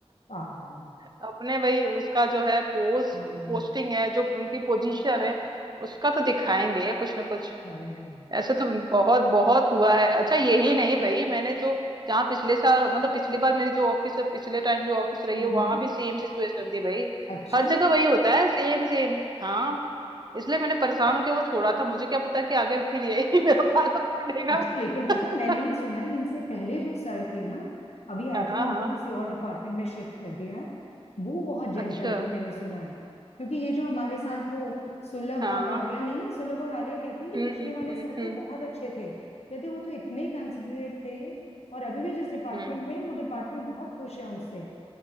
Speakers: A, on the left; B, on the right.
A: पागल है।
B: अपने भाई उसका जो है पोस्ट
A: हम्म,
B: पोस्टिंग है जो उनकी पोजीशन है उसका तो दिखाएंगे या कुछ ना कुछ
A: सही में
B: ऐसे तो बहुत बहुत हुआ है अच्छा यही नहीं भाई मैंने जो जहाँ पिछले साल मतलब पिछली बार मेरी जो ऑफिस पिछले टाइम जो ऑफिस रही
A: हम्म
B: है वहां भी सेम सिचुएशन थी भाई
A: अच्छा
B: हर जगह वही होता है सेम सेम हाँ इसलिए मैंने परेशान होके वो छोड़ा था मुझे क्या पता कि आगे फिर यही <laughs> मेरा पाला पड़ेगा
A: अच्छा लेकिन पता
B: <laughs>
A: है मैंने ये सुना है इनसे पहले जो सर थे ना अभी
B: हाँ
A: आई थिंक उनको
B: हाँ
A: किसी और डिपार्टमेंट में शिफ्ट कर दिया है वो बहुत जेंटल
B: अच्छा
A: थे मैंने सुना है क्योंकि ये जो हमारे साथ वो सुलभ
B: हाँ
A: और आर्या नहीं है सुलभ और आर्या कहते हैं कि
B: हम्म
A: पिछले
B: हम्म
A: वाले
B: हम्म
A: सर तो
B: हम्म
A: बहुत अच्छे थे कहते वो तो इतने कंसिडरेट थे और अभी भी जिस डिपार्टमेंट
B: हम्म।
A: में है, वो डिपार्टमेंट बहुत खुश है उनसे